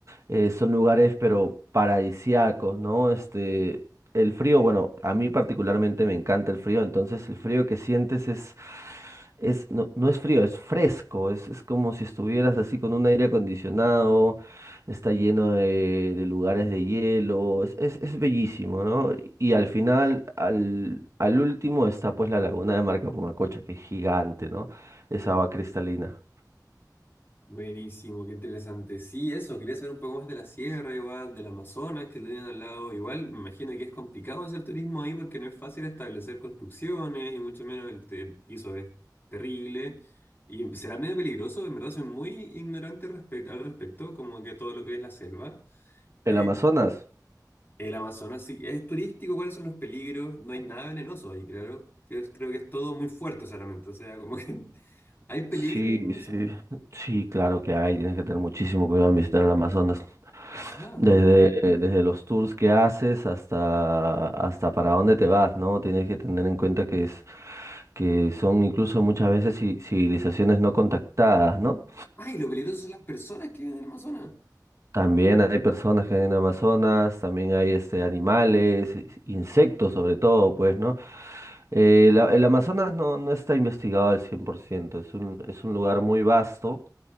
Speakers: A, on the right; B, on the left.
A: eh, son lugares, pero paradisíacos, ¿no? Este, el frío, bueno, a mí particularmente me encanta el frío, entonces el frío que sientes es, es no, no es frío, es fresco, es, es como si estuvieras así con un aire acondicionado está lleno de, de lugares de hielo, es, es, es bellísimo, ¿no? Y al final, al, al último está pues la laguna de Marca Pumacocha, que es gigante, ¿no? Esa agua cristalina.
B: Buenísimo, qué interesante. Sí, eso, quería saber un poco más de la sierra, igual, del Amazonas que lo tienen al lado. Igual, me imagino que es complicado hacer turismo ahí porque no es fácil establecer construcciones y mucho menos el te- piso es terrible. Y será medio peligroso, en verdad soy muy ignorante respect- al respecto, como que todo lo que es la selva.
A: ¿El
B: Eh,
A: Amazonas?
B: el Amazonas sí, es turístico, ¿cuáles son los peligros? No hay nada venenoso ahí, claro. Creo, creo que es todo muy fuerte solamente, o sea, como que... <laughs> ¿Hay peligros
A: Sí,
B: en el Amazonas?
A: sí, sí, claro que hay, tienes que tener muchísimo cuidado en visitar el Amazonas.
B: Ajá.
A: Desde, desde los tours que haces hasta, hasta para dónde te vas, ¿no? Tienes que tener en cuenta que es, que son incluso muchas veces ci- civilizaciones no contactadas, ¿no?
B: Ay, lo peligroso son las personas que viven en el Amazonas.
A: También hay personas que hay en Amazonas, también hay este animales, i- insectos sobre todo, pues, ¿no? Eh, la- el Amazonas no, no está investigado al cien por ciento es un, es un lugar muy vasto